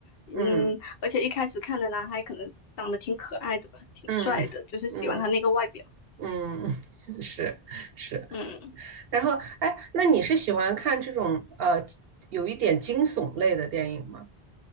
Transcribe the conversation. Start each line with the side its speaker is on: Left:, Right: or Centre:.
Left: 嗯，
Right: 嗯
Left: 而且一开始看的男孩可能长得挺可爱的吧，挺帅的，
Right: 嗯嗯
Left: 就是喜欢他那个外表。
Right: 嗯，<laughs> 是是。
Left: 嗯。
Right: 然后，哎，那你是喜欢看这种呃有一点惊悚类的电影吗？